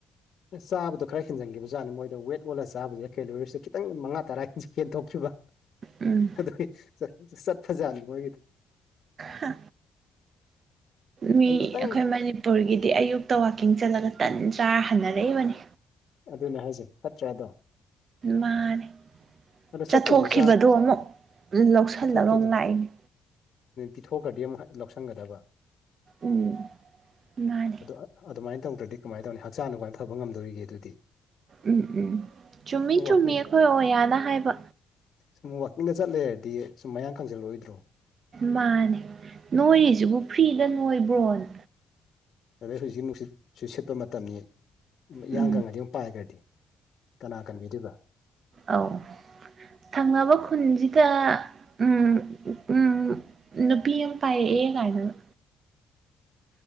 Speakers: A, on the left; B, on the right.
A: ꯆꯥꯕꯗ ꯈꯔ ꯍꯦꯟꯖꯤꯟꯒꯤꯕ ꯖꯥꯠꯅꯤ ꯃꯣꯏꯗ ꯋꯦꯠ ꯑꯣꯂ ꯆꯥꯕꯖꯤꯔ ꯀꯦꯂꯣꯔꯤꯁꯦ ꯈꯤꯇꯪ ꯃꯉꯥ ꯇꯔꯥ ꯍꯦꯟꯖꯤ ꯍꯦꯟꯊꯣꯛꯈꯤꯕ
B: ꯎꯝ
A: ꯑꯗꯨꯏ ꯆꯠ ꯁꯠ ꯐꯖꯍꯟꯅꯤꯡꯕꯒꯤ
B: ꯍꯥ ꯃꯤ
A: ꯑꯩ ꯈꯤꯇꯪ
B: ꯑꯩꯈꯣꯏ ꯃꯅꯤꯄꯨꯔꯒꯤꯗꯤ ꯑꯌꯨꯛꯇ ꯋꯥꯛꯀꯤꯡ ꯆꯠꯂꯒ ꯇꯟ ꯆꯥꯔ ꯍꯟꯅꯔꯛꯏꯕꯅꯤ
A: ꯑꯗꯨꯅꯦ ꯍꯥꯏꯖꯦ ꯐꯠꯇ꯭ꯔ ꯑꯗꯣ
B: ꯃꯥꯅꯦ
A: ꯑꯗꯣ
B: ꯆꯠꯊꯣꯛꯈꯤꯕꯗꯣ
A: ꯆꯠꯇ꯭ꯔꯁꯨ ꯆꯥ
B: ꯑꯃꯨꯛ ꯂꯧꯁꯤꯜꯂꯒ
A: ꯆꯠꯊꯣꯛꯀꯦꯗꯣ
B: ꯑꯃꯨꯛ ꯂꯥꯛꯏꯅꯦ
A: ꯄꯤꯊꯣꯛꯈ꯭ꯔꯗꯤ ꯑꯃꯨꯛ ꯂꯧꯁꯟꯒꯗꯕ
B: ꯎꯝ ꯃꯥꯅꯦ
A: ꯑꯗꯨ ꯑꯗꯨꯃꯥꯏꯅ ꯇꯧꯗ꯭ꯔꯗꯤ ꯀꯃꯥꯏ ꯇꯧꯅꯤ ꯍꯛꯆꯥꯟ ꯀꯃꯥꯏ ꯐꯕ ꯉꯝꯗꯣꯔꯤꯒꯦ ꯑꯗꯨꯗꯤ
B: ꯎꯝ ꯎꯝ ꯆꯨꯝꯃꯤ
A: ꯁꯨꯝ ꯋꯥꯛꯀꯤꯡ
B: ꯆꯨꯝꯃꯤ ꯑꯩꯈꯣꯏ ꯑꯣ ꯌꯥꯅ ꯍꯥꯏꯕ
A: ꯁꯨꯝ ꯋꯥꯀꯤꯡꯒ ꯆꯠꯂꯩꯔꯗꯤ ꯁꯨꯝ ꯃꯌꯥꯡ ꯀꯪꯖꯜꯂꯣꯏꯗ꯭ꯔꯣ
B: ꯃꯥꯅꯦ ꯅꯣꯏꯔꯤꯖꯤꯕꯨ ꯐ꯭ꯔꯤꯗ ꯅꯣꯏꯕ꯭ꯔꯣ ꯅ
A: ꯑꯗꯩ ꯍꯧꯖꯤꯛ ꯅꯨꯡꯁꯤꯠꯁꯨ ꯁꯤꯠꯄ ꯃꯇꯝꯅꯤ
B: ꯎꯝ
A: ꯌꯥꯡ ꯀꯪꯉꯗꯤ ꯑꯃꯨꯛ ꯄꯥꯏꯒ꯭ꯔꯗꯤ ꯀꯅꯥ ꯀꯟꯕꯤꯗꯣꯏꯕ
B: ꯑꯧ ꯊꯪꯅꯕ ꯈꯨꯟꯖꯤꯗ ꯎꯝ ꯎꯝ ꯅꯨꯄꯤ ꯑꯃ ꯄꯥꯏꯔꯦꯑꯦ ꯀꯥꯏꯅꯒ